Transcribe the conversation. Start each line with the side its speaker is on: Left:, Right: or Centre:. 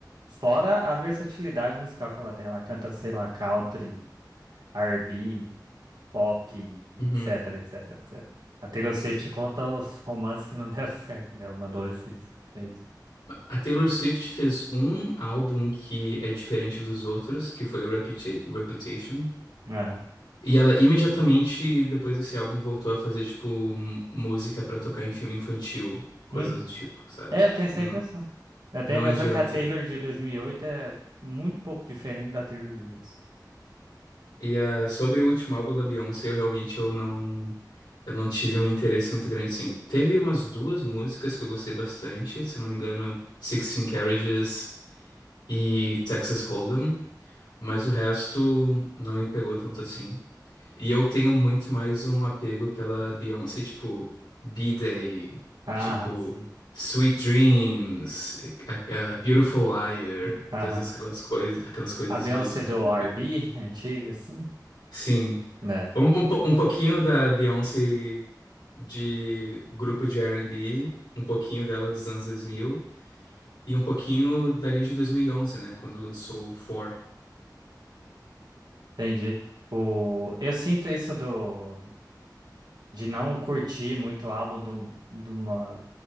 Right: fora a versatilidade musical que ela tem, ela canta, sei lá, country, R&B, pop, etc,
Left: Uhum.
Right: etc, etc. A Taylor Swift conta os romances que não <laughs> deram certo dela na adolescência. É isso.
Left: A Taylor Swift fez um álbum que é diferente dos outros, que foi o Reputa- Reputation.
Right: Aham.
Left: E ela imediatamente depois desse álbum voltou a fazer tipo m- música pra tocar em filme infantil, coisas
Right: Hum.
Left: do tipo, sabe?
Right: É,
Left: Tipo,
Right: eu tenho essa
Left: n-
Right: impressão. Eu tenho
Left: não
Right: a impressão
Left: adianta.
Right: que a Taylor de 2008 é muito pouco diferente da Taylor de hoje.
Left: E ah, sobre o último álbum da Beyoncé, eu realmente eu não eu não tive um interesse muito grande, sim. Teve umas duas músicas que eu gostei bastante, se eu não me engano, Sixteen Carriages e Texas Hold'em, mas o resto não me pegou tanto assim. E eu tenho muito mais um apego pela Beyoncé, tipo, B-Day,
Right: Ah,
Left: tipo,
Right: sim.
Left: Sweet Dreams, a- a Beautiful Liar,
Right: Aham.
Left: todas aquelas coisas, aquelas coisas
Right: A Beyoncé
Left: dos anos
Right: do
Left: dois
Right: R&B,
Left: mil
Right: antiga, assim.
Left: Sim,
Right: Né,
Left: um, um, po- um pouquinho da Beyoncé de grupo de R&B, um pouquinho dela dos anos 2000 e um pouquinho dali de dois mil e onze né, quando lançou o Four.
Right: entendi. O... Eu sinto isso do... de não curtir muito o álbum do... de uma...